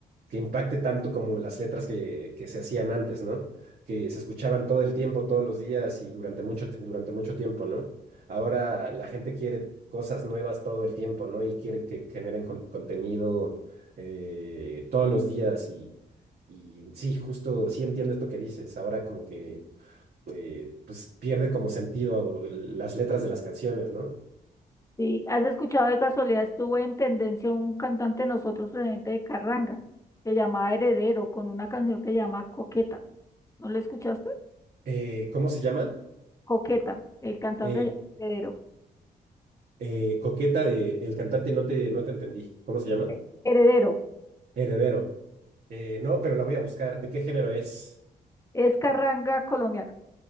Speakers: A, on the right; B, on the left.
A: que impacte tanto como las letras que, que se hacían antes, ¿no? que se escuchaban todo el tiempo, todos los días y durante mucho, ti- durante mucho tiempo, ¿no? Ahora la gente quiere cosas nuevas todo el tiempo, ¿no? Y quiere que generen con- contenido eh, todos los días y, y sí, justo, sí entiendo esto que dices. Ahora como que eh, pues pierde como sentido las letras de las canciones, ¿no?
B: Sí, ¿has escuchado de casualidad? Estuvo en tendencia un cantante de nosotros, presidente de Carranga, que llamaba Heredero, con una canción que llama Coqueta. ¿No lo escuchaste?
A: Eh, ¿cómo se llama?
B: Coqueta, el cantante
A: Eh,
B: se llama Heredero.
A: eh, Coqueta de el cantante, no te, no te entendí. ¿Cómo se llama?
B: Eh, Heredero,
A: Heredero. Eh, no, pero la voy a buscar. ¿De qué género es?
B: es Carranga colombiana.